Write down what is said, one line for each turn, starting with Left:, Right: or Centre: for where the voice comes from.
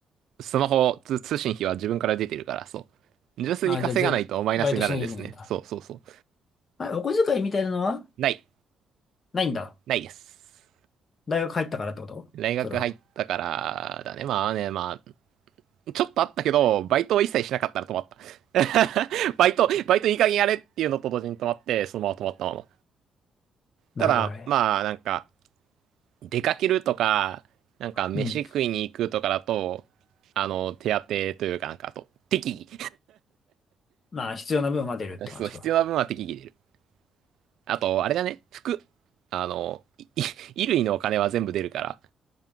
Right: スマホ通、通信費は自分から出てるから、そう。純粋に稼がないとマイナスになるんですね。
Left: あ、じゃあ、ぜ、バイトしなきゃいけないんだ。
Right: そうそうそう。
Left: あ、お小遣いみたいなのは
Right: ない。
Left: ないんだ。
Right: ないです。
Left: 大学入ったからってことそれは。
Right: 大学入ったから、だね。まあね、まあ、ちょっとあったけど、バイトを一切しなかったら止まった。<laughs> バイト、バイトいい加減やれっていうのと同時に止まって、そのまま止まったまま。
Left: なるほどね。
Right: ただ、まあ、なんか、出かけるとか、なんか、飯食いに行くとかだと、
Left: うん。
Right: あの、手当てというかなんか、あと、適
Left: まあ、必要な分は出るって感じか。
Right: 宜。<laughs> そう、必要な分は適宜出る。あと、あれだね、服。あの、いい <laughs> 衣類のお金は全部出るから。